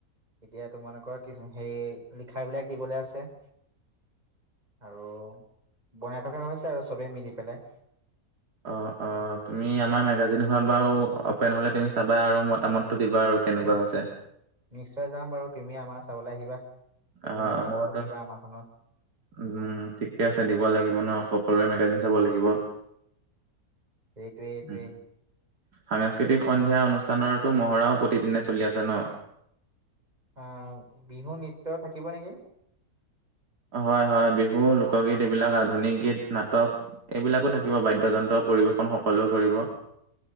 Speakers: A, on the right; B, on the right.
A: এতিয়া তোমালোকৰ কিছু হেৰি লিখা বিলাক দিবলৈ আছে আৰু বনাই থকা হৈছে আৰু চবেই মিলি পেলাই
B: অ অ তুমি আমাৰ মেগাজিনখন বাও অপেন হ'লে তুমি চাবা আৰু মতামত দিবা আৰু কেনেকুৱা হৈছে
A: নিশ্চয় যাম বাৰু তুমি আমাৰ চাবলে আহিবা তুমি
B: অ'
A: মতামততো
B: মইতো
A: দিবা আমাৰ খনৰ
B: উম, ঠিকে আছে দিব লাগিব ন। সকলোৰে মেগাজিন চাব লাগিব।
A: এইটোৱে এইটোৱে
B: উম। সাংস্কৃতিক সন্ধিয়া অনুষ্ঠানৰতো মহৰাও প্ৰতিদিনে চলি আছে ন?
A: অ বিহু নৃত্য থাকিব নেকি।
B: হয় হয়। বিহু, লোকগীত এইবিলাক আধুনিক গীত নাটক। এইবিলাকো থাকিব বাদ্যযন্ত্ৰ পৰিবেশন সকলোৱে কৰিব।